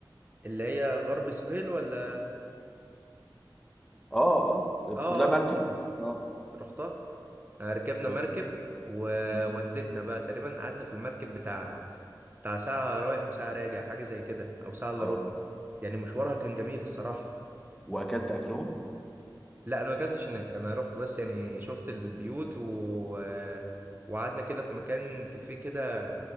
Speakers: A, on the right; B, in the centre.
A: اللي هي غرب سهيل ولا
B: اه اه اللي
A: آه
B: بتاخد لها مركب
A: آه، رحتها
B: اه
A: رحتها آه، ركبنا
B: و...
A: مركب وودتنا
B: مم.
A: بقى تقريبا قعدنا في المركب بتاع بتاع ساعة رايح وساعة راجع حاجة زي كده أو ساعة إلا
B: اه
A: ربع يعني مشوارها كان جميل الصراحة
B: واكلت اكلهم
A: لا أنا ما أكلتش هناك أنا رحت بس يعني شفت البيوت و... وقعدنا كده في مكان كافيه كده